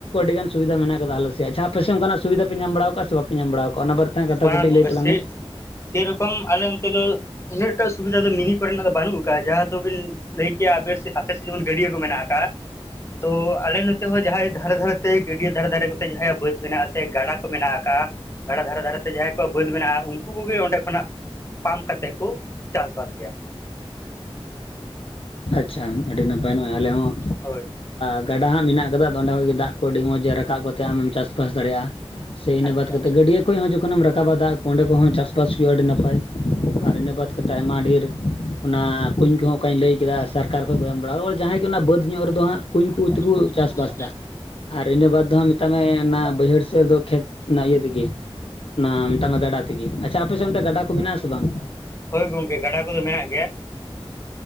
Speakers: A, on the left; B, on the left.
A: ᱥᱩᱵᱤᱫᱟ ᱢᱮᱱᱟᱜ ᱟᱠᱟᱫᱟ ᱟᱞᱮᱥᱮᱫ ᱡᱟᱦᱟᱸ ᱟᱯᱮ ᱥᱮ ᱚᱱᱟᱜ ᱥᱩᱵᱷᱟ ᱯᱮ ᱧᱟᱢ ᱵᱟᱲᱟᱣ ᱥᱮ ᱵᱟᱯᱮ ᱧᱟᱢ ᱵᱟᱲᱟᱣ ᱚᱱᱟ ᱵᱟᱨᱛᱮ <unintelligible> ᱠᱟᱛᱷᱟ
B: ᱵᱟᱝ
A: ᱠᱚᱴᱤᱡ
B: ᱜᱚᱝᱠᱮ
A: ᱞᱟᱹᱭ ᱛᱟᱞᱟᱝ
B: ᱥᱮ
A: ᱢᱮ᱾
B: ᱥᱮᱨᱚᱠᱚᱢ ᱟᱞᱮ ᱚᱱᱛᱮ ᱫᱚ ᱩᱱᱟᱹᱜᱴᱟ ᱥᱩᱵᱤᱫᱷᱟ ᱫᱚ ᱢᱤᱱᱤ ᱠᱚᱨᱮᱱᱟᱜ ᱫᱚ ᱵᱟᱹᱱᱩᱜ ᱟᱠᱟᱜᱼᱟ ᱡᱟᱦᱟᱸ ᱫᱚᱵᱤᱱ ᱞᱟᱹᱭ ᱠᱮᱼᱟ ᱟᱯᱮ ᱟᱯᱮ ᱥᱮᱫ ᱡᱮᱢᱚᱱ ᱜᱟᱹᱰᱭᱟᱹ ᱠᱚ ᱢᱮᱱᱟᱜ ᱟᱠᱟᱫᱼᱟ ᱛᱚ ᱟᱞᱮ ᱱᱚᱛᱮ ᱦᱚᱸ ᱡᱟᱦᱟᱸᱭ ᱫᱷᱟᱨᱮ ᱫᱷᱟᱨᱮᱛᱮ ᱜᱟᱹᱰᱭᱟᱹ ᱫᱷᱟᱨᱮ ᱫᱷᱟᱨᱮ ᱱᱚᱛᱮ ᱡᱟᱦᱟᱸᱭᱟᱜ ᱵᱟᱹᱫᱽ ᱢᱮᱱᱟᱜᱼᱟ ᱥᱮ ᱜᱟᱰᱟ ᱠᱚ ᱢᱮᱱᱟᱜ ᱟᱠᱟᱜᱼᱟ ᱜᱟᱰᱟ ᱫᱷᱟᱨᱮ ᱫᱷᱟᱨᱮᱛᱮ ᱡᱟᱦᱟᱸᱭ ᱠᱚᱣᱟᱜ ᱵᱟᱹᱫᱽ ᱢᱮᱱᱟᱜᱼᱟ ᱩᱱᱠᱩ ᱠᱚᱜᱮ ᱚᱸᱰᱮ ᱠᱷᱚᱱᱟᱜ ᱯᱟᱢ ᱠᱟᱛᱮᱜ ᱠᱚ ᱪᱟᱥᱵᱟᱥ ᱜᱮᱭᱟ᱾
A: ᱟᱪᱪᱷᱟ ᱟᱹᱰᱤ ᱱᱟᱯᱟᱭ ᱱᱚᱼᱚᱭ ᱟᱞᱮ ᱦᱚᱸ,
B: ᱦᱳᱭ,
A: ᱜᱟᱰᱟ ᱦᱟᱸᱜ ᱢᱮᱱᱟᱜ ᱟᱠᱟᱫᱟ ᱚᱸᱰᱮ ᱠᱷᱚᱡ ᱜᱮ ᱫᱟᱜ ᱠᱚ ᱟᱹᱰᱤ ᱢᱚᱡᱽ ᱨᱟᱠᱟᱵ ᱠᱟᱛᱮ ᱟᱢᱮᱢ ᱪᱟᱥ ᱵᱟ ᱪᱟᱥᱵᱟᱥ ᱫᱟᱲᱮᱭᱟᱜᱼᱟ ᱥᱮ ᱤᱱᱟᱹ
B: ᱟᱪᱪᱷᱟ
A: ᱵᱟᱫᱽ ᱠᱟ
B: ᱦᱩᱸ
A: ᱠᱟᱛᱮᱫ ᱜᱟᱹᱰᱭᱟᱹ ᱠᱷᱚᱡ ᱦᱚᱸ ᱡᱚᱠᱷᱚᱱᱮᱢ ᱨᱟᱠᱟᱵᱟ ᱫᱟᱜ ᱚᱸᱰᱮ ᱠᱚ ᱦᱚᱸ ᱪᱟᱥᱵᱟᱥ ᱦᱩᱭᱩᱜᱼᱟ ᱟᱹᱰᱤ ᱱᱟᱯᱟᱭ, ᱟᱨ ᱤᱱᱟᱹ ᱵᱟᱫ ᱠᱟᱛᱮᱫ ᱟᱭᱢᱟ ᱰᱷᱮᱨ ᱚᱱᱟ ᱠᱩᱧ ᱠᱚᱦᱚᱸ ᱚᱠᱟᱧ ᱞᱟᱹᱭ ᱠᱮᱫᱟ ᱥᱚᱨᱠᱟᱨ ᱠᱷᱚᱡ ᱠᱚ ᱮᱢ ᱵᱟᱲᱟᱫᱟ ᱡᱟᱦᱟᱸᱭ ᱜᱮ ᱚᱱᱟ ᱵᱟᱹᱫ ᱧᱚᱜ ᱨᱮᱫᱚ ᱦᱟᱸᱜ ᱠᱩᱧ ᱠᱚ
B: ᱟᱪᱪᱷᱟ
A: ᱛᱮᱠᱚ ᱪᱟᱥᱵᱟᱥ ᱫᱟ ᱟᱨ ᱤᱱᱟᱹ ᱵᱟᱫᱽ ᱫᱚ ᱦᱟᱜ ᱢᱮᱛᱟᱜ ᱢᱮ ᱚᱱᱟ ᱵᱟᱹᱭᱦᱟᱹᱲ ᱥᱮᱫ ᱨᱮ ᱫᱚ ᱠᱷᱮᱛ ᱚᱱᱟ ᱤᱭᱟᱹ ᱛᱮᱜᱮ ᱚᱱᱟ ᱢᱮᱛᱟᱢ ᱢᱮ ᱜᱟᱰᱟ ᱛᱮᱜᱮ ᱟᱪᱪᱷᱟ ᱟᱯᱮ ᱥᱮᱫ ᱚᱱᱛᱮ ᱜᱟᱰᱟ ᱠᱚ ᱢᱮᱱᱟᱜ ᱟᱥᱮ ᱵᱟᱝ?
B: ᱦᱳᱭ ᱜᱚᱝᱠᱮ ᱜᱟᱰᱟ ᱠᱚᱫᱚ ᱢᱮᱱᱟᱜ ᱜᱮᱭᱟ᱾